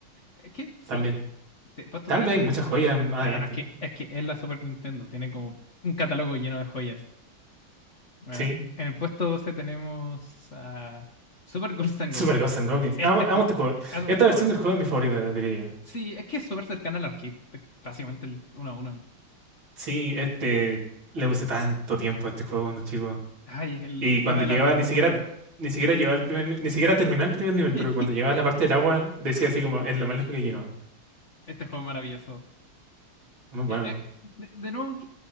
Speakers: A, on the left (about 40°); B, on the right (about 65°).
A: Es que sí,
B: también.
A: te, puesto
B: Tal
A: 13.
B: vez hay muchas joyas más
A: Bueno,
B: adelante.
A: es que, es que es la Super Nintendo, tiene como un catálogo lleno de joyas. Bueno,
B: Sí,
A: en el puesto 12 tenemos a Super Ghost and
B: Super
A: Ghost.
B: Ghosts and Goblins.
A: Este
B: Amo, amo
A: juego,
B: este juego.
A: hacemos
B: Esta
A: este juego.
B: versión del juego es mi favorita, diría. yo.
A: Sí, es que es súper cercano al arcade, es básicamente el uno a uno.
B: Sí, este. Le puse tanto tiempo a este juego cuando chico.
A: Ay, el
B: Y
A: sistema
B: cuando
A: de
B: llegaba,
A: la armadura.
B: ni siquiera. Ni siquiera llegaba al primer, ni ni siquiera terminaba el primer nivel,
A: <laughs>
B: pero cuando llegaba a la parte del agua, decía así como, es lo más lejos que he llegado.
A: Este juego es maravilloso.
B: Muy bueno.
A: Eh, eh, de, de nuevo, que-